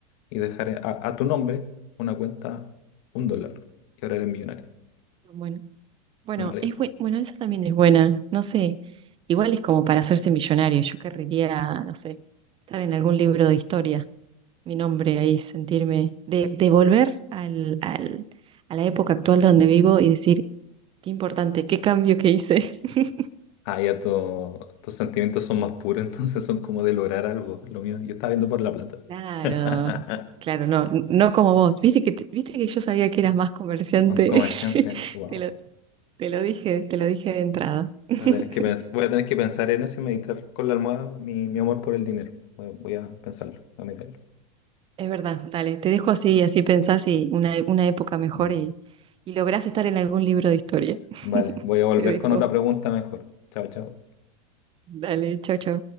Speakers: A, on the left (about 55°); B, on the right (about 25°).
A: y dejar a, a tu nombre una cuenta, un dólar. Y ahora eres millonario.
B: bueno. Bueno,
A: No mala
B: es
A: idea.
B: bue- bueno, esa también es buena. No sé, igual es como para hacerse millonario. Yo querría, no sé, estar en algún libro de historia. mi nombre ahí, sentirme, de, de volver al, al- a la época actual donde vivo y decir, qué importante, qué cambio que hice. <laughs>
A: Ah, ya tu- tus sentimientos son más puros, <laughs> entonces son como de lograr algo. Lo mío, yo estaba viendo por la plata.
B: Claro,
A: <laughs>
B: claro, no, no como vos. Viste que, te- viste que yo sabía que eras más comerciante.
A: Un comerciante,
B: <laughs> Sí,
A: wow.
B: Te lo, te lo dije, te lo dije de entrada. <laughs>
A: Voy a tener que, pens- voy a tener que pensar en eso y meditar con la almohada mi, mi amor por el dinero. Voy, voy a pensarlo, a meditarlo.
B: Es verdad, dale, te dejo así, así pensás y una, una época mejor
A: Mm.
B: y, y lográs estar en algún libro de historia. <laughs>
A: Vale, voy a volver
B: Te dejo.
A: con otra pregunta mejor. Chao, chao.
B: Dale, chau, chau.